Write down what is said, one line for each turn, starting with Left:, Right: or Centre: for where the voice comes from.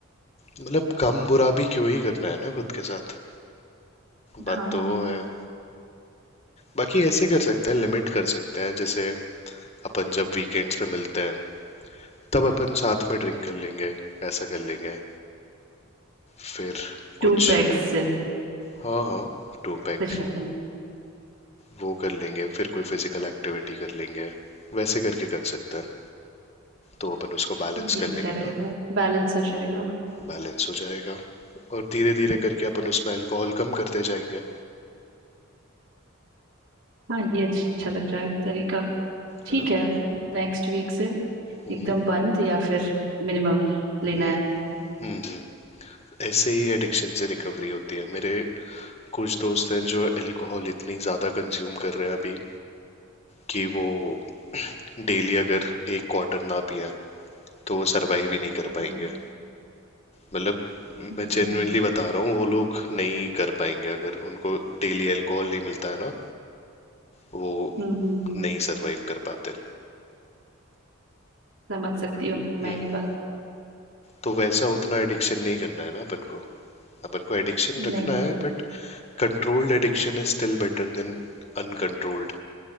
Left: मतलब कम बुरा भी क्यों ही करना है ना खुद के साथ बात
Right: हाँ
Left: तो वो है बाकी ऐसे कर सकते हैं लिमिट कर सकते हैं जैसे अपन जब वीकेंड्स पे मिलते हैं तब अपन साथ में ड्रिंक कर लेंगे ऐसा कर लेंगे फिर
Right: टू
Left: कुछ
Right: पैग सिर्फ
Left: हाँ हाँ टू पैक
Right: तो ज्यादा नहीं
Left: वो कर लेंगे फिर कोई फिजिकल एक्टिविटी कर लेंगे वैसे करके कर सकते हैं तो अपन उसको बैलेंस
Right: ये
Left: कर
Right: अच्छा
Left: लेंगे
Right: रहेगा
Left: ना
Right: बैलेंस हो जाएगा
Left: बैलेंस हो जाएगा और धीरे धीरे करके अपन उसमें अल्कोहल कम करते जाएंगे
Right: हाँ ये अच्छा लग रहा है तरीका ठीक
Left: है ना
Right: है नेक्स्ट वीक से
Left: हम्म
Right: एकदम बंद या फिर मिनिमम लेना
Left: हम्म
Right: है हमें
Left: हम्म हम्म। ऐसे ही एडिक्शन से रिकवरी होती है मेरे कुछ दोस्त हैं जो अल्कोहल इतनी ज़्यादा कंज्यूम कर रहे हैं अभी कि वो <clears throat> डेली अगर एक क्वार्टर ना पिए तो वो सरवाइव ही नहीं कर
Right: हाँ
Left: पाएंगे मतलब
Right: हम्म
Left: मैं जेन्युइनली बता रहा हूँ वो लोग नहीं कर पाएंगे अगर उनको डेली अल्कोहल नहीं मिलता है ना वो
Right: हम्म,
Left: नहीं सरवाइव कर पाते
Right: समझ सकती हूँ मैं
Left: हम्म
Right: ये बात
Left: तो वैसा उतना एडिक्शन नहीं करना है ना अपन को अपन को एडिक्शन रखना
Right: नहीं
Left: है but controlled addiction is still better than uncontrolled